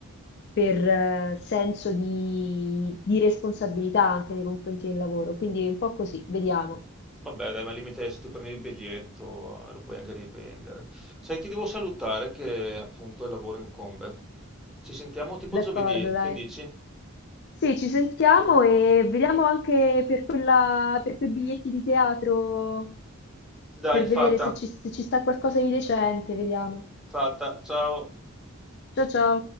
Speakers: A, on the left; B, in the centre.
A: per, eh, senso di, di responsabilità anche nei confronti del lavoro. Quindi è un po' così, vediamo.
B: Vabbè, dai, ma al limite se tu prendi il biglietto eh, lo puoi anche rivendere. Sai, ti devo salutare che appunto il lavoro incombe. Ci sentiamo tipo giovedì,
A: D'accordo, dai.
B: che dici?
A: Sì, ci sentiamo e vediamo anche per quella, per quei biglietti di teatro,
B: Dai,
A: per
B: fatta,
A: vedere se ci, se ci sta qualcosa di decente, vediamo.
B: fatta. Ciao.
A: Ciao ciao.